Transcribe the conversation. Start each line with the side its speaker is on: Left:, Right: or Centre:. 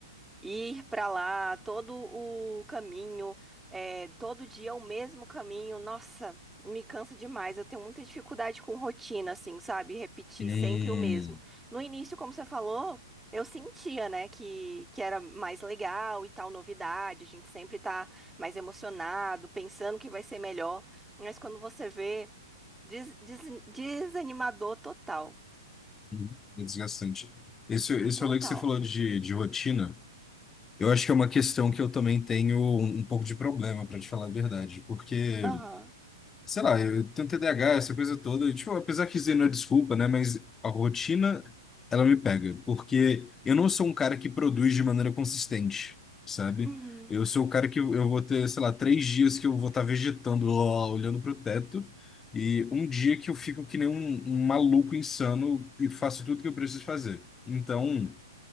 Centre: ir para lá, todo o caminho, é, todo dia é o mesmo caminho, nossa, me cansa demais. Eu tenho muita dificuldade com rotina, assim, sabe? Repetir
Left: É,
Centre: sempre o mesmo. No início, como você falou, eu sentia, né, que, que era mais legal e tal, novidade, a gente sempre tá mais emocionado, pensando que vai ser melhor, mas quando você vê, des- des- desanimador total,
Left: uhum. é desgastante. Esse, esse
Centre: total.
Left: rolê que você falou de, de rotina, eu acho que é uma questão que eu também tenho um, um pouco de problema, para te falar a verdade, porque
Centre: Aham.
Left: sei lá, eu tenho TDAH, essa coisa toda. e, Tipo, apesar que isso não é desculpa, né? Mas a rotina, ela me pega. Porque eu não sou um cara que produz de maneira consistente, sabe?
Centre: Uhum.
Left: Eu sou o cara que eu eu vou ter, sei lá, três dias que eu vou estar vegetando lá, olhando pro teto. E um dia que eu fico que nem um, um maluco insano e faço tudo que eu preciso fazer. Então